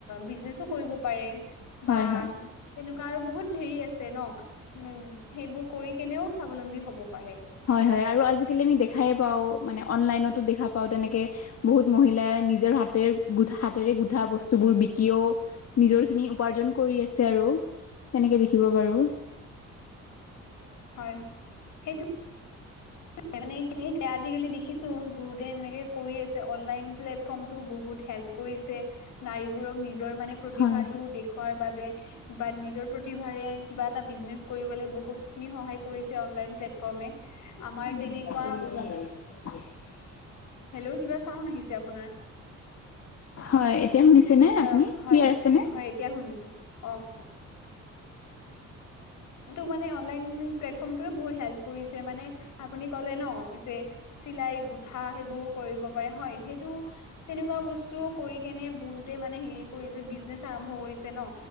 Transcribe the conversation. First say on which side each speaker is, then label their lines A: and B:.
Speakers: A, on the left; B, on the left.
A: বিজনেছো কৰিব পাৰে
B: হয়
A: বা
B: হয় হয়
A: তেনেকুৱা আৰু বহুত ধেৰি আছে ন উম সেইবোৰ কৰি কেনেও স্বাৱলম্বী হ'ব পাৰে।
B: হয়-হয় আৰু আজিকালি আমি দেখাই পাওঁ মানে অনলাইনতো দেখা পাওঁ তেনেকে। বহুত মহিলাই নিজৰ হাতেৰে গো হাতেৰে গু গুঠা বস্তুবোৰ বিকিও নিজৰখিনি উপাৰ্জন কৰি আছে আৰু। সেনেকে দেখিব বাৰু।
A: হয়। সেইটো <unintelligible> আজিকালি দেখিছোঁ বহুতে এনেকে কৰি আছে অনলাইন প্লেটফৰ্মটো বহুত হেল্প কৰিছে নাৰীবোৰক নিজৰ মানে প্ৰতিভাটো
B: হয়
A: দেখুৱাৰ বাবে বা নিজৰ প্ৰতিভাৰে কিবা এটা বিজনেছ কৰিবলে বহুত বহুতখিনি সহায় কৰিছে অনলাইন প্লেটফৰ্মে। আমাৰ
B: <unintelligible>
A: তেনেকুৱা উম হেল্ল' কিবা চাউন আহিছে আপোনাৰ?
B: হয়। এতিয়া শুনিছেনে
A: <unintelligible>
B: আপুনি
A: হয়-হয়
B: ক্লিয়াৰ আছেনে
A: এতিয়া শুনিছোঁ অঁ। তটো মানে অনলাইন প্লেটফৰ্মটো মানে বহুত হেল্প কৰিছে মানে আপুনি ক'লে ন যে চিলাই গোঠা সেইবোৰ কৰিব পাৰে হয় সেইটো তেনেকুৱা বস্তু কৰি কেনে বহুতে মানে হেৰি কৰিছে বিজনেচ আৰম্ভ কৰিছে ন